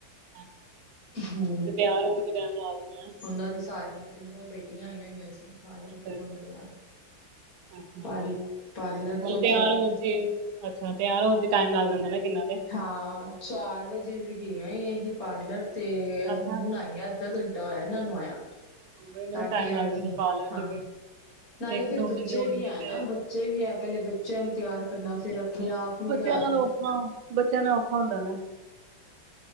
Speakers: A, on the right; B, on the left.
A: ਹਾਂਜੀ,
B: ਹਮ
A: ਤੇ ਤਿਆਰ ਹੋਣ ਚ ਟਾਈਮ ਲਾ ਦਿੰਦੇ ਆ,
B: ਉਹਨਾਂ ਦੀ ਸਾਰੀਆਂ ਤਿੰਨੋ ਬੇਟੀਆਂ ਆਈਆਂ ਹੋਈਆਂ ਸੀ। ਸਾਰੇ
A: ਅੱਛਾ-ਅੱਛਾ।
B: ਹੀ ਹੁਣ ਤਿਆਰ
A: ਅੱਛਾ ਮਤਲਬ
B: ਪਾਰ ਪਾਰਲਰ ਤੋਂ
A: ਤਿਆਰ ਹੋਣ 'ਚ, ਅੱਛਾ ਤਿਆਰ ਹੋਣ 'ਚ ਟਾਈਮ ਲੱਗ ਜਾਂਦਾ ਕਿੰਨਾ ਨਾ। ਤੇ,
B: ਹਾਂ, ਚਾਰ ਵਜੇ ਵੀ ਗਈਆਂ ਹੀ ਅਹੀ ਪਾਰਲਰ ਤੇ
A: ਅੱਛਾ।
B: ਹੁਣ ਆਈਆ ਅੱਧਾ ਘੰਟਾ ਹੋਇਆ ਇਹਨਾਂ ਨੂੰ ਆਇਆ
A: ਉਹੀ ਨਾ
B: ਸਾਢੇ
A: ਟਾਈਮ ਲੱਗ
B: ਅੱਠ,
A: ਜਾਂਦਾ ਪਾਰਲਰ
B: ਹਾਂ
A: ਜਿਵੇਂ,
B: ਨਾਲੇ
A: ਇੱਕ
B: ਫਿਰ
A: ਦੋ
B: ਬੱਚੇ
A: ਜਣੇ ਹੋਣਗੇ
B: ਵੀ ਹੈ
A: ਤੇ
B: ਨਾ, ਬੱਚੇ ਵੀ ਹੈ। ਪਹਿਲੇ ਬੱਚਿਆਂ ਨੂੰ ਤਿਆਰ ਕਰਨਾ, ਫਿਰ ਆਪਣੇ ਆਪ ਨੂੰ ਤਿਆਰ
A: ਧੀਆਂ ਨਾਲ
B: ਕਰਨਾ
A: ਔਖਾ, ਬੱਚਿਆਂ ਨਾਲ ਔਖਾ ਹੁੰਦਾ ਨਾ